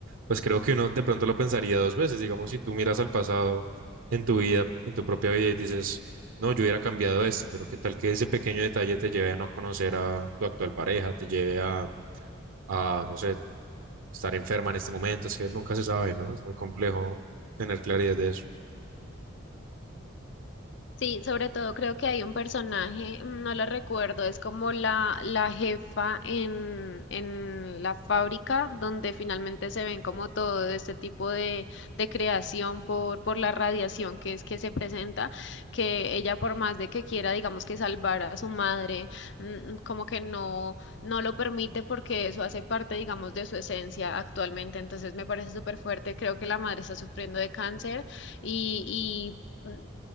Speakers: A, on the right (about 75°); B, on the left (about 55°).
A: pues creo que uno de pronto lo pensaría dos veces, digamos, si tú miras al pasado en tu vida, en tu propia vida y dices, no, yo hubiera cambiado esto, pero qué tal que ese pequeño detalle te lleve a no conocer a tu actual pareja, te lleve a... a, no sé, estar enferma en este momento, es que nunca se sabe, ¿no? Es muy complejo tener claridad de eso.
B: Sí, sobre todo creo que hay un personaje, mm, no lo recuerdo, es como la, la jefa en, en la fábrica donde finalmente se ven como todo este tipo de, de creación por, por la radiación que es que se presenta, que ella por más de que quiera, digamos que salvar a su madre, mm, mm, como que no, no lo permite porque eso hace parte, digamos, de su esencia actualmente. Entonces me parece súper fuerte, creo que la madre está sufriendo de cáncer y... y mm,